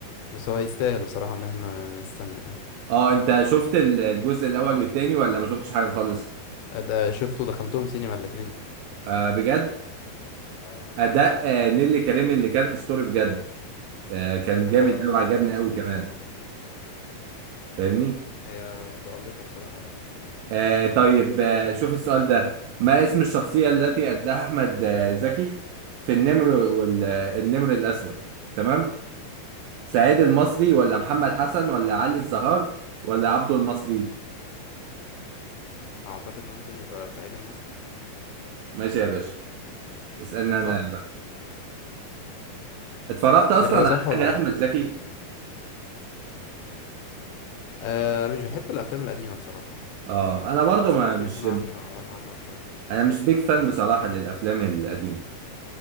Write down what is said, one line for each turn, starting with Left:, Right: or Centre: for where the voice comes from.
Left: بس هو يستاهل بصراحة ان احنا نستناه
Right: اه أنت شفت ال- الجزء الأول والتاني ولا ما شفتش حاجة خالص
Left: ده شفته دخلتهم سينما الاتنين
Right: آه بجد
Left: اه
Right: أداء آه نيللي كريم اللي كان أسطوري بجد آه، كان
Left: آه
Right: جامد قوي
Left: الصراحة
Right: عجبني قوي كمان فاهمني
Left: هي متألقة بصراحة يعني
Right: آه طيب آه شوف السؤال ده ما اسم الشخصية التي أداها أحمد آه، زكي في النمر والنمر الأسود تمام سعيد المصري ولا محمد حسن ولا علي الزهار ولا عبده المصري
Left: أعتقد ممكن يبقى صعيدي المصري
Right: ماشي يا باشا اسألني أنا
Left: صح؟
Right: بقى اتفرجت أصلا
Left: الإجابة
Right: على
Left: صح ولا
Right: حاجة لأحمد
Left: غلط؟
Right: زكي
Left: آه أنا مش بحب الأفلام القديمة بصراحة
Right: اه أنا برضو
Left: بس
Right: ما
Left: ممكن
Right: مش
Left: يكون عندي معلومات عنها شوية
Right: أنا مش بيك فان بصراحة للأفلام القديمة